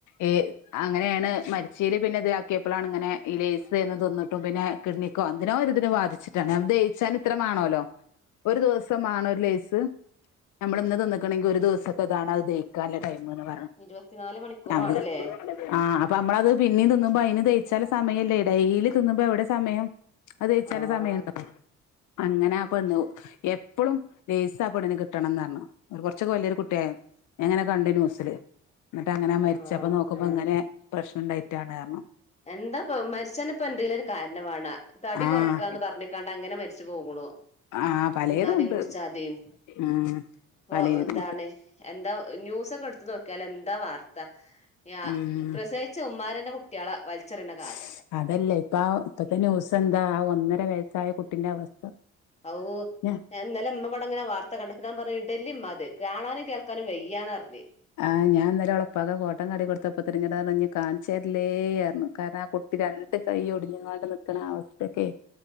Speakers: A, on the left; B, on the left.
A: ഈ അങ്ങനെണ് മരിച്ചലി പിന്നെ ഇത് ആക്കിയപ്പളാണ് ഇങ്ങനെ ഈ ലൈസ് എന്ന് തോന്നിട്ടും പിന്നെ കിഡ്നിക്കോ എന്തിനോ ഒരുതിന് ബാധിച്ചിട്ടാണ് അപ്പൊദഹിച്ച ഇത്രമാണല്ലോ ഒരു ദിവസമാണോരു ലൈസ് ഞമ്മള് ഇന്ന് നിന്ന്ക്ക്ണെങ്കി ഒര് ദിവ്സെത്തെതാണ് അത് ദയ്ക്കാല്ലെ ടൈമ്ന്ന് പറ
B: ഇരുപത്തിനാല് മണിക്കൂർ
A: ഞമ്മള്
B: വേണല്ലേ
A: പ്പെളും <unintelligible> ആഹ് അപ്പ നമ്മളത് പിന്നീം തിന്നുമ്പം അയ്ന് ദയ്ച്ചാല്ലെ സമയെല്ലേ ഡെയ്ലി തിന്നുമ്പം എവ്ടെ സമെയം അത് ദയ്ച്ചാല്ലെ
B: ആഹ്
A: സമയണ്ടാെ അങ്ങെനെ ആ പെണ്ണു എപ്പളും ലെയ്സാ പെണ്ണ്ന് കിട്ടണംന്നർഞ്ഞു കാെർച്ചൊക്കെ വല്യാെരു കു ട്ട്യാ ഞാങ്ങെനെ കണ്ട് നൂസ്‌ല് ന്നട്ട് അത് അങ്ങെനെ മര്ച്ചപ്പം
B: ആഹ്
A: നോക്കുമ്പങ്ങെനേ പ്രശ്നണ്ടായ്റ്റാണ് അർണു
B: എന്താപ്പം മര്ച്ചാന്പ്പം എന്തേലൊരു കാര്ണം മാണ തടി
A: ആഹ്
B: കാെർക്കാന്ന് പർഞ്ഞ്ക്കാണ്ട് അങ്ങെനെ മര് ച്ച് പോക്ണു
A: ആഹ് പലേതും
B: തിന്നാതിം
A: ഉണ്ട്
B: കുട്ച്ചാതിം
A: ഉം
B: പ്പോ
A: പലേതും
B: എന്താണ്
A: ഉണ്ട്
B: എന്താ ന്യൂസൊക്കെട്ത്ത് നോക്ക്യാല് എന്താ വാർത്ത യാ
A: ഉം
B: പ്രസവി ചുമ്മാരെന്റെ കുട്ട്യാളാ വൽച്ചെറിണെ
A: സ് അതല്ലെ ഇപ്പ ആ ഇപ്പെത്തെ ന്യൂസെന്താ ആ ഒന്നെര വെയ്സ്സായ കുട്ടിന്റെ അവസ്ഥ
B: അവൂ
A: ഞാ
B: ഞാൻ ഇന്നെലെ ഇമ്മവെടെങ്ങെനെ വാർ ത്ത കണ്ട് അപ്പ ഞാം പർഞ്ഞ് ഇടെല്ലിമ്മാത് കാണാനും കേൾക്കാനും വയ്യാന്ന് പർഞ്ഞ്
A: ആഹ് ഞാ ന്നെലെ ഓളെപ്പാക്കാ ഫോട്ടം കാട്ടിക്കൊട്ത്തപ്പോത്ത്ന് ഞ്ഞോടർഞ്ഞ് ഞ്ഞ് കാൺച്ചെര്ല്ലേ അർണു കാര്ണം ആ കു രണ്ട് കയ്യൊട്ഞ്ഞ്ങ്ങാണ്ട് നിക്ക്ണ ആ അവസ്ഥാെക്കേ